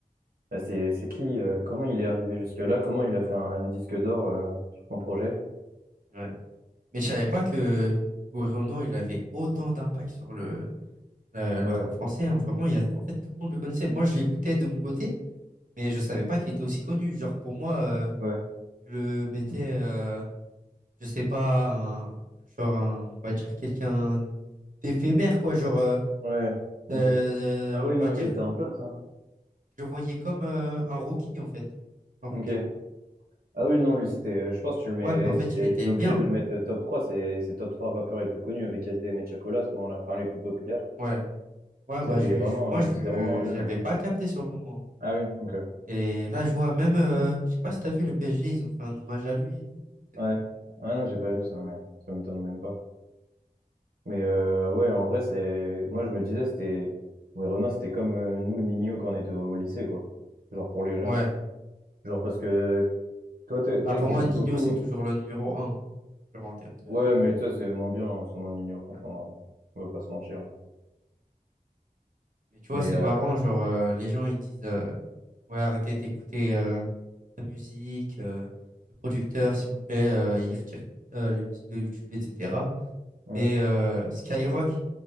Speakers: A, on the right; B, on the right.
A: Ah, c'est, c'est qui, euh, comment il est arrivé jusque-là, comment il a fait un, un disque d'or, euh, sur son projet.
B: Ouais. Mais je savais pas que Renaud il avait autant d'impact sur le, le, le
A: Ouais,
B: rap français. hein. Vraiment, il y a, en fait, tout le monde le connaissait. Moi, je l'écoutais de mon côté, mais je savais pas qu'il était aussi connu. Genre, pour moi, euh,
A: ouais,
B: je le mettais, euh, je sais pas, un- genre, un- on va dire quelqu'un d'éphémère, quoi. Genre, euh,
A: ouais, ok.
B: euh,
A: Ah
B: on
A: oui,
B: va
A: non,
B: dire
A: il était un pote, hein.
B: Je le voyais comme euh, un rookie, en fait. Un rookie.
A: Ok. Ah oui, non, lui, c'était. euh, Je pense que tu le mets.
B: Ouais, mais en fait,
A: c'est-
B: il était
A: T'es obligé
B: bien.
A: de le mettre euh, top trois C'est c'est top 3 rappeurs les plus connus avec S D M et Chacola à ce moment-là. Enfin, les plus populaires.
B: Ouais. Ouais,
A: C'était
B: bah, je,
A: vraiment,
B: je- moi,
A: euh,
B: je
A: c'était vraiment
B: je
A: eux.
B: l'avais
A: hein.
B: pas capté sur le moment.
A: Ah oui, ok.
B: Et là, je vois même, euh, je sais pas si t'as vu le PSG, ils ont fait un hommage à lui et tout. C'est
A: Ouais.
B: beau.
A: Ah non, j'ai pas vu ça, mais ça m'étonne même pas. Mais euh, ouais, en vrai, c'est. Moi, je me disais, c'était. Ouais, Renan, c'était comme euh, nous, Nino, quand on était au lycée, quoi. Genre pour les jeunes.
B: Ouais.
A: Genre parce que toi, t'es-
B: Bah,
A: peut-être
B: pour
A: t'écoutes
B: moi, Nino
A: beaucoup.
B: c'est toujours le numéro un. hein. genre, en termes de.
A: Ouais, mais toi, c'est moins bien en ce moment, Nino, franchement.
B: ouais.
A: On va pas se mentir.
B: Mais tu vois,
A: Mais
B: c'est
A: euh,
B: marrant, genre, euh, les gens, ils disent, euh, ouais, arrêtez d'écouter euh, la musique, euh, le producteur, s'il vous plaît, euh, il retire euh, les musiques de YouTube, etc.
A: ouais.
B: Mais euh, Skyrock,